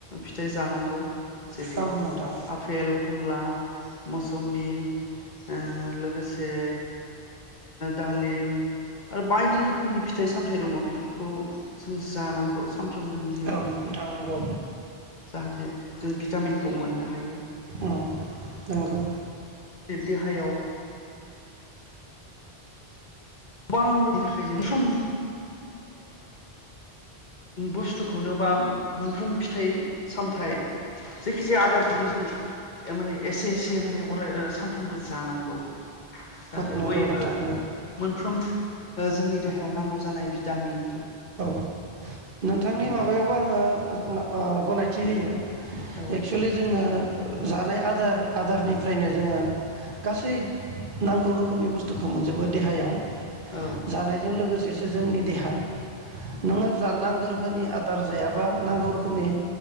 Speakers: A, on the left; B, on the right.
A: फिथाइ जानांगौ जेरै
B: औ नोंथां
A: आफेल, खमला मौसुम्बि ओ लोगोसे दालिम आरो बायदि रोखोमनि फिथाइ सामथाय फिथाइ दङ बेफोरखौ जों जानांगौ सानफ्रोमबो नि जिउआव
B: औ नोंथां नंगौ
A: जाहाथे जों भिटामिनखौ मोननो हायो
B: उम नंगौ।
A: देहायाव गोबां रोखोमनि थाखाय जों सम बुस्थुखौनो बा मोनफ्रोम फिथाइ सामथाइ जायखि जाया आदारखौनो जों माने एसे एसे माने अराय सानफ्रामबो जानांगौ। जाहाथे
B: नंगौ
A: बय ओ
B: नोंथां नंगौ।
A: मोनफ्रोम जोंनि देहायाव नांगौ जानाय भिटामिन
B: औ नोंथांनि माबायावबो
A: हायो
B: आङो ओ गनायथि होयो।
A: औ
B: एक्सेलि जोंनो जानाय आदार आदारनिफ्रायनो जोङो गासै नांगौ रोखोमनि बुस्थुखौ मोनजोबो देहायाव।
A: औ
B: जानायजों लोगोसे जोंनि देहा नोंङो जा नांगौ रोखोमनि आदार जायाबा नांगौ रोखोमनि